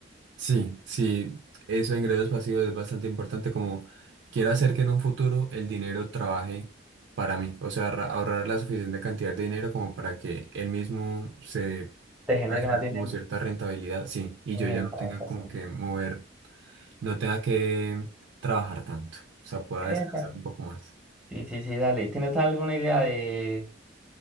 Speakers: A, on the right; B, in the centre.
A: Sí, sí, eso de ingresos pasivos es bastante importante como quiero hacer que en un futuro el dinero trabaje para mí, o sea, ahorra- ahorrar la suficiente cantidad de dinero como para que él mismo se
B: Te genere
A: a generar
B: más dinero.
A: como cierta rentabilidad, sí, y
B: Epa,
A: yo ya no tenga
B: epa,
A: como
B: sí.
A: que mover, no tenga que trabajar tanto, o sea, pueda descansar
B: Epa.
A: un poco más.
B: Sí, sí, sí, dale. ¿Tienes alguna idea de,